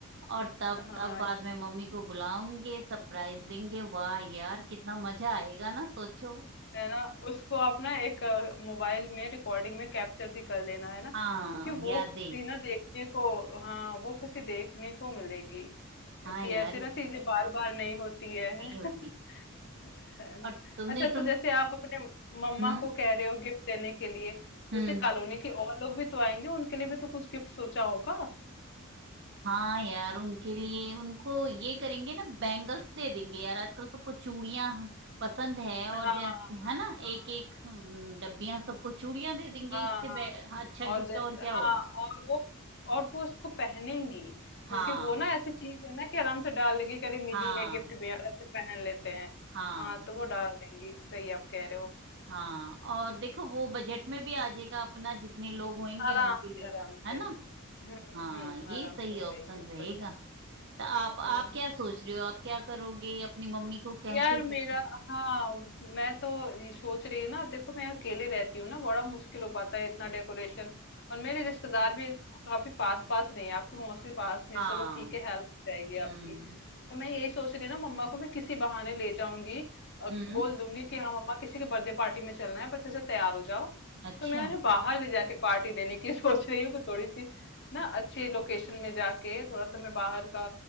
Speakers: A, on the right (about 55°); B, on the left (about 55°).
A: और तब
B: हाँ
A: तब बाद में मम्मी को बुलाऊंगे सरप्राइज देंगे वाह यार कितना मजा आएगा ना सोचो
B: है ना उसको आप ना एक अ, मोबाइल में रिकॉर्डिंग में कैप्चर भी कर लेना है ना
A: हाँ
B: क्योंकि
A: यादें
B: वो खुशी ना देखने को हाँ वो खुशी देखने को मिलेगी क्योंकि
A: हाँ यार
B: ऐसे ना चीजें बार बार नहीं होती है
A: नहीं
B: <laughs>
A: होती
B: है ना
A: और तुमने
B: अच्छा
A: तुम
B: तो जैसे
A: मतलब
B: आप अपने मम्मा
A: हम्म
B: को कह रहे हो गिफ्ट देने के लिए तो
A: हम्म
B: जैसे कॉलोनी के और लोग भी तो आएंगे उनके लिए भी तो कुछ गिफ्ट सोचा होगा
A: हाँ यार उनके लिए उनको ये करेंगे ना बैंगल्स दे देंगे यार आजकल सबको चूड़ियां पसंद है और
B: हाँ
A: जैसे
B: हाँ
A: है ना
B: हाँ।
A: एक एक डब्बियां सबको चूड़ियां दे देंगे
B: हाँ
A: इससे
B: हाँ
A: बे- हाँ, अच्छा गिफ्ट
B: और जैसे
A: और क्या होगा
B: हाँ और वो और वो उसको पहनेंगी क्योंकि
A: हाँ
B: वो ना ऐसी चीज है ना कि आराम से डाल लेंगी कभी मिली
A: हाँ
B: है गिफ्ट में यार ऐसे पहन लेते हैं
A: हाँ
B: हाँ तो वो डाल देंगी सही आप कह रहे हो
A: हाँ और देखो वो बजट में भी आ जाएगा अपना जितने लोग होंगे
B: आराम
A: उनके लिए
B: से आराम से
A: है ना
B: हम्म
A: हाँ
B: हम्म
A: ये
B: आराम
A: सही
B: से हो
A: ऑप्शन
B: जाएंगी वो
A: रहेगा
B: प्रोजेक्ट
A: तो आप
B: हम्म
A: आप क्या सोच रहे हो आप क्या करोगे अपनी मम्मी को कैसे
B: यार
A: सब
B: मेरा हाँ मैं तो ये सोच रही हूँ ना देखो मैं अकेले रहती हूँ ना बड़ा मुश्किल हो पाता है इतना डेकोरेशन और मेरे रिश्तेदार भी काफी पास पास नहीं है आपकी मौसी पास में
A: हाँ
B: है चलो ठीक है हेल्प हो जाएगी
A: हम्म
B: आपकी तो मैं यही सोच रही हूँ ना मम्मा को मैं किसी बहाने ले जाऊंगी और
A: हम्म
B: बोल दूंगी कि हाँ मम्मा किसी के बर्थडे पार्टी में चलना है बच्चे से तैयार हो जाओ
A: अच्छा
B: तो मैं उन्हें बाहर ले जाके पार्टी देने की <laughs> सोच रही हूँ कि थोड़ी सी ना अच्छे लोकेशन में जाके थोड़ा सा मैं बाहर का